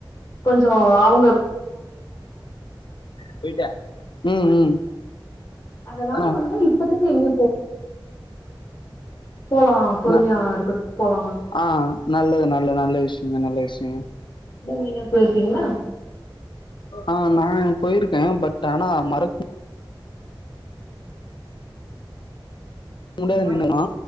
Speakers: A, on the left; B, on the left.
A: கொஞ்சோ ஆ உங்க
B: போய்ட ம் ம்
A: அதனால
B: ஆ
A: வந்து இப்பத்துக்கு இங்க போலா பொறுமையா
B: ந
A: இருக்கட்டு போலா
B: ஆ நல்லது நல்லதா நல்ல விஷயங்க நல்ல விஷயங்க
A: நீங்க எங்கயாது போயிருக்கீங்களா
B: ஆ நா போயிருக்கே பட் ஆனா மறக் முடியாது
A: வாய்ஸ்
B: நின்ன நா